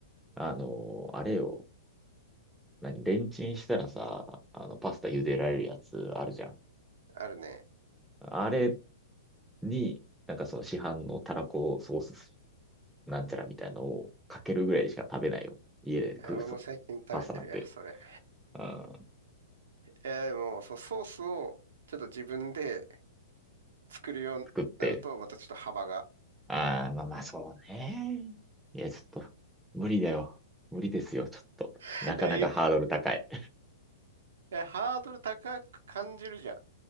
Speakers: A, in the centre; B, on the right.
A: あの、あれよ。何、レンチンしたらさ、あの、パスタ茹でられるやつあるじゃん。
B: あるね。
A: あれに、なんかその市販のたらこソースなんちゃらみたいのをかけるぐらいしか食べないよ。家で食うと。
B: いや俺も最近食べてるや、
A: パスタなんて。
B: それ。
A: うん、
B: <laughs> いや、でも、そう、ソースをちょっと自分で作るようになると、
A: 作って。
B: またちょっと幅が。
A: ああ、まあまあそうね。いや、ちょっと、無理だよ。無理ですよ、ちょっと。
B: <laughs>
A: なかなかハードル高い。
B: いやいいやハードル高く感じるじゃん。